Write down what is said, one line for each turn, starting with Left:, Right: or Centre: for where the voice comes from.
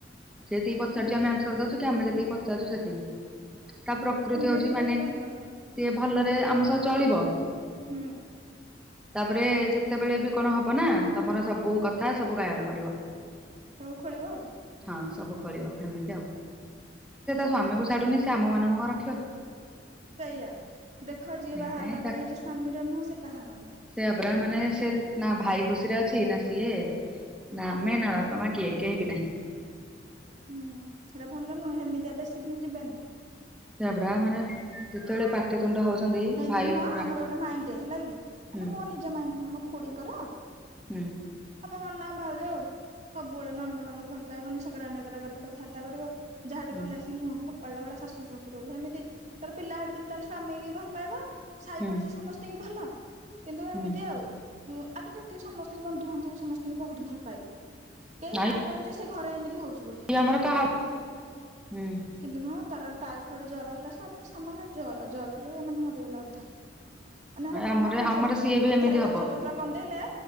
Centre: ସେ ଯେତିକି ପଚାରୁଚି
Right: ହୁଁ
Centre: ଆମେ ଆନ୍ସର ଦଉଚୁ କି ଆମେ ଯେତିକି ପଚାରୁଚୁ ସେତିକି। ତା ପ୍ରକୃତି
Right: ଏମିତି
Centre: ହଉଚି
Right: କେମିତି
Centre: ମାନେ
Right: କହିଲ
Centre: ସିଏ ଭଲରେ ଆମ ସହ ଚଳିବ
Right: ହୁଁ
Centre: ତାପରେ ଯେତ୍ ଯେତେବେଳେ ବି କଣ ହବ ନା ତମର ସବୁ କଥା ସବୁ ଗାୟନ କରିବ।
Right: ସବୁ ଖୋଳିବ ଆଉ।
Centre: ହଁ ସବୁ ଖୋଳିବ ହେମିତି ଆଉ।
Right: ଛେ
Centre: ସ୍ୱାମୀ କୁ ଛାଡୁନି ସେ ଆମ ମାନଙ୍କୁ କଁ ରଖିବ।
Right: ସେଇଆ ଦେଖ ଯିଏ
Centre: ସେଇଥିପାଇଁ
Right: ବାହା ହେଲା ପରେ ନିଜ ସ୍ୱାମୀର ନୁହଁ, ସେ କାହାର ନୁହଁ।
Centre: ସେଇଆ ପରା, ମାନେ ସେ ନା ଭାଇ ଖୁସିରେ ଅଛି ନା ସିଏ। ନା ଆମେ ନା ବାପା ମା କିଏ କେହି ବିିନାଇଁ।
Right: ହୁଁ ସେଟା ଭଲ ନୁହଁ, ସେମିତିଆ ବେଶି ଦିନି ଯିବେନି।
Centre: ସେଇଆ ପରା ମାନେ ଯେତେବେଳେ ପାଟିତୁଣ୍ଡ ହଉଛନ୍ତି
Right: ହେଁ
Centre: ଭାଇ
Right: ତି ନୁହଁ
Centre: ପୁରା
Right: ଆମର ଗୋଟେ ମାଇଁ ଟେ ହେଲା କି ମାନେ
Centre: ହୁଁ
Right: ମୋ ନିଜ ମାଇଁ ନୁହେଁ ମ। ଖୁଡ଼ିଙ୍କର
Centre: ହୁଁ।
Right: ହବ କଣ ନା ଭାଉଜ, ଆଉ ସବୁବେଳେ ନଣନ୍ଦ ମାନଙ୍କୁ ଭଲ ପାଇବନି ଛେକରା ନେକେରା କରି କଥାବାର୍ତ୍ତା କରିବ। ଯାହେଟେ
Centre: ହୁଁ
Right: କହିଲା ସିଏ ମୁହଁ କୁ ଫୋଫାଡିଲା ଭଳିଆ ଶାଶୁ ଶଶୁର କୁ ହେମିତି ତାପରେ ପିଲା ସେଠୁ ତିନିଟା ସ୍ବାମି କି ଭଲ ପାଇବ, ସାଇ
Centre: ହୁଁ
Right: ପଡିଶା ସମସ୍ତଙ୍କି ଭଲ କିନ୍ତୁ
Centre: ହୁଁ
Right: ଏମିତି ଆଉ। ହୁ ଆଉ କିନ୍ତୁ ଏତିକି ସମସ୍ତଙ୍କି ବନ୍ଧୁବାନ୍ଧବ ସମସ୍ତଙ୍କି ବହୁତ ଭଲ ପାଇବ। କେହି
Centre: ନାଇଁ
Right: ଜାଣିବେନି ଯେ ସେ ଘରେ ଏମିତି ହଉଛି। ବୋଲି।
Centre: ଇଏ ଆମର କହାକୁ, ହୁଁ।
Right: କିନ୍ତୁ ନୁହଁ ତାର ଟାଇଫଏଡ ଜର ହେଲା ସା ସାମାନ୍ୟ ଜର ଜରରେ ମାନେ ମ ମରି ଗଲା ଅଧାରୁ, ମାନେ ଏରା ଭଲ
Centre: ଆମର
Right: ନୁହଁ
Centre: ଆମର
Right: ସେମିତି
Centre: ସିଏ ବି
Right: ଅଧାରୁ
Centre: ଏମିତି ହବ।
Right: ଗଛ ପ ପତ୍ର କନ୍ଦେଇଲେ